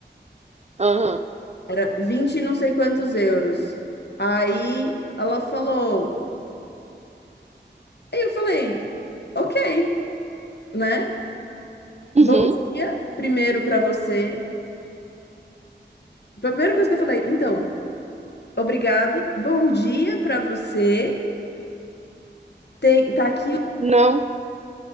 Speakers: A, on the right (about 35°); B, on the left (about 65°).
A: aham.
B: Era 20 não sei quantos euros. Aí ela falou, aí eu falei, ok, né?
A: Uhum,
B: Bom dia, primeiro pra você. Foi a primeira coisa que eu falei, então, obrigada, bom dia pra você. Tem, tá aqui
A: não.